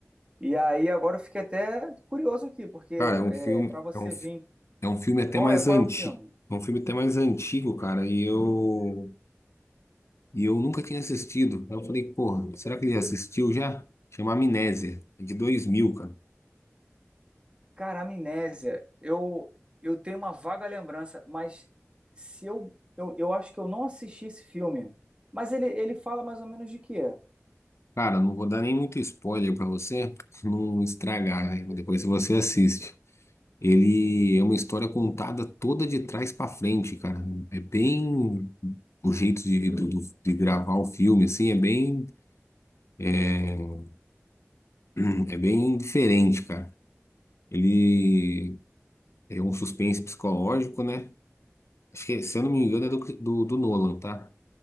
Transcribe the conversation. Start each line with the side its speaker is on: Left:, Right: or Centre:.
Right: E aí agora eu fiquei até curioso aqui, porque é,
Left: Cara, é um filme,
Right: para você
Left: é um, fi-
Right: vir,
Left: é um filme até
Right: qual
Left: mais
Right: é qual
Left: antigo.
Right: é o filme?
Left: É um filme até mais antigo, cara, e eu, e eu nunca tinha assistido. Aí eu falei, porra, será que ele assistiu já? Chama Amnésia, é de 2000, cara.
Right: Cara, Amnésia, eu eu tenho uma vaga lembrança, mas se eu, eu eu acho que eu não assisti esse filme. Mas ele ele fala mais ou menos de quê?
Left: Cara, não vou dar nem muito spoiler pra você <laughs> não estragar, né? Depois você assiste. Ele é uma história contada toda de trás pra frente, cara. É bem o jeito de, do- do- de gravar o filme, assim, é bem é <clears throat> é bem diferente, cara. Ele é um suspense psicológico, né? Acho que, se eu não me engano, é do, do, do Nolan, tá?